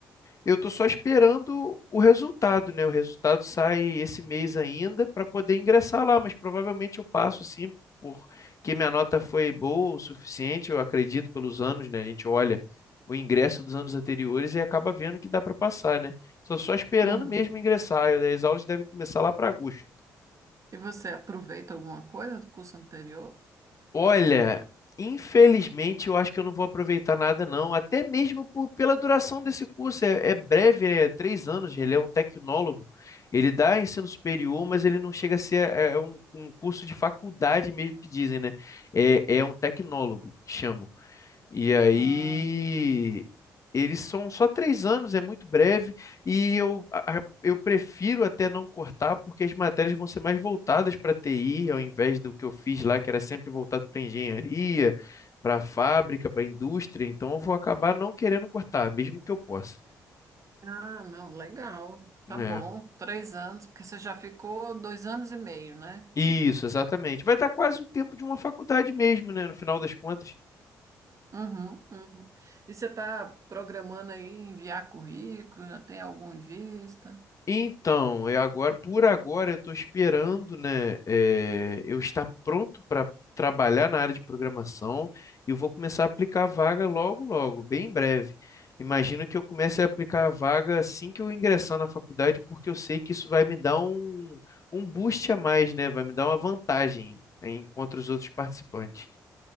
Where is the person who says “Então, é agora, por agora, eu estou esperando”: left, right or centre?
Left